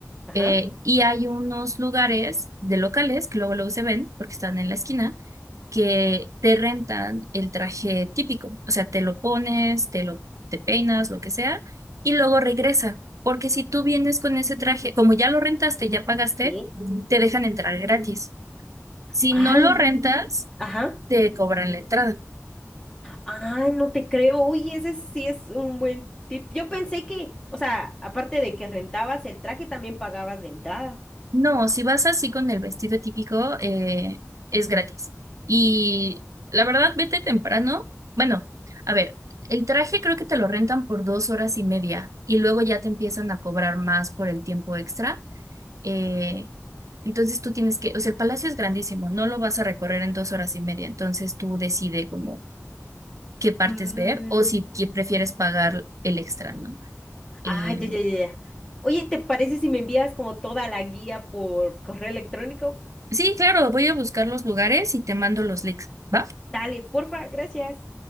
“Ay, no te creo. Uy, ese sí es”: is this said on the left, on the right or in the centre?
Left